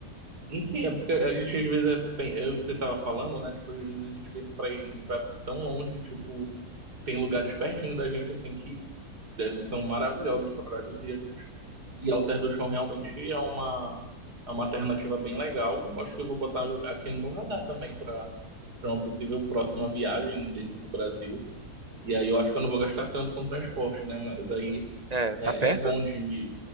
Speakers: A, on the right (about 85°); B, on the right (about 30°).
A: enfim, é porque a gente às vezes é, pen- eu você tava falando, né? Tipo, às vezes a gente pensa pra ir pra tão longe, tipo, tem lugares pertinho da gente assim que devem são maravilhosos, paradisíacos. E Alter do Chão realmente é uma é uma alternativa bem legal. Acho que eu vou botar aqui no meu radar também pra para uma possível próxima viagem dentro do Brasil. E aí eu acho que eu não vou gastar tanto com transporte, né? Mas aí
B: é,
A: é,
B: tá perto,
A: é bom
B: né?
A: de